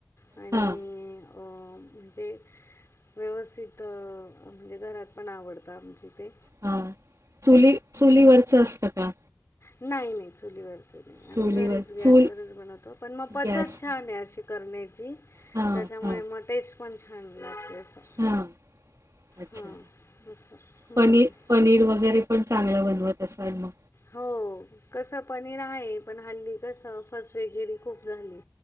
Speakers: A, on the left; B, on the right.
A: आणि
B: हा
A: अं जे. व्यवसित अ म्हणजे घरात पण आवडतं आमच्या ईथे.
B: हा चुली-चुलीवरचं असतं का?
A: नाही नाही चुलीवरच नाही आम्ही
B: चुलीवर
A: घरीच गॅसवरच
B: चूल
A: बनवतो, पण म पद्धत
B: गॅस
A: छान आहे अशी. करण्याची
B: हा
A: त्याच्यामुळे
B: हा
A: म, टेस्ट पण छान लागते. असं
B: हा अच्छा
A: हा! असं हम्म!
B: पनीर
A: !
B: पनीर वगैरे पण, चांगल्या बनवत असाल मग
A: हो कसं पनीर आहे, पण हल्ली कसं फसवेगिरी खूप झाली.